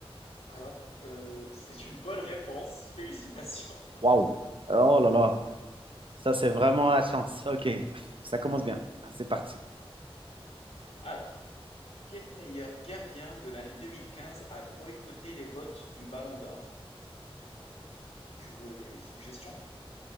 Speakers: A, on the left; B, on the right.
A: Alors, euh, c'est une bonne réponse. Félicitations.
B: Waouh! Oh là là! Ça, c'est vraiment la chance. OK. Ça commence bien. C'est parti.
A: <laughs> Alors, quel meilleur gardien de l'année 2015 a boycotté les votes du Ballon d'Or Tu veux les suggestions